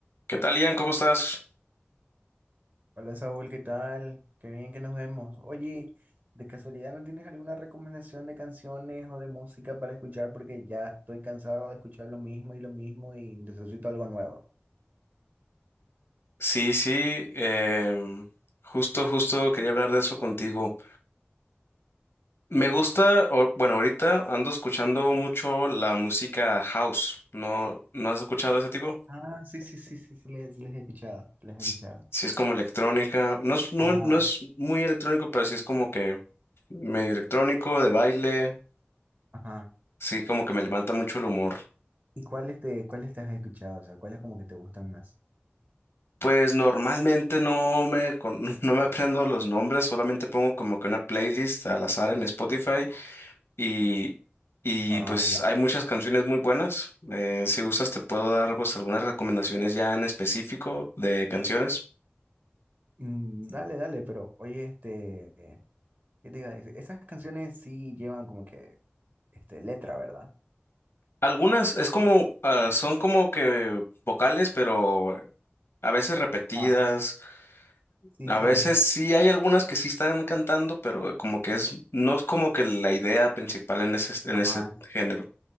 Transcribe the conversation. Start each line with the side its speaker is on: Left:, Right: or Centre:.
Left: ¿Qué tal, Ian? ¿Cómo estás?
Right: Hola Saúl, ¿qué tal? Qué bien que nos vemos. Oye, ¿de casualidad no tienes alguna recomendación de canciones o de música para escuchar? Porque ya estoy cansado de escuchar lo mismo y lo mismo y necesito algo nuevo.
Left: Sí, sí, em, justo, justo quería hablar de eso contigo. Me gusta, o- bueno, ahorita ando escuchando mucho la música house. ¿No, no has escuchado ese tipo?
Right: Ah, sí, sí, sí, sí, sí, les, les he escuchado, les he
Left: S-
Right: escuchado.
Left: Sí, es como electrónica. No es, no,
Right: Ajá,
Left: no es muy electrónico, pero sí es como que medio electrónico, de baile.
Right: ajá.
Left: Sí, como que me levanta mucho el humor.
Right: ¿Y cuáles te, cuáles te has escuchado? O sea, ¿cuáles como que te gustan más?
Left: Pues normalmente no me, con- <laughs> no me aprendo los nombres, solamente pongo como que una playlist al azar en Spotify Y, y
Right: Ah,
Left: pues
Right: ya.
Left: hay muchas canciones muy buenas. Eh, si gustas, te puedo dar pues algunas recomendaciones ya en específico de canciones.
Right: Mm, dale, dale, pero oye, este, ¿qué te iba a decir? Esas canciones sí llevan como que, este, letra, ¿verdad?
Left: Algunas es como, ah, son como que vocales, pero eh, a veces repetidas.
Right: Ah, sí,
Left: A
Right: sí,
Left: veces sí hay algunas que sí están cantando, pero como que es, no es como que la idea principal en ese, en
Right: ajá,
Left: ese género.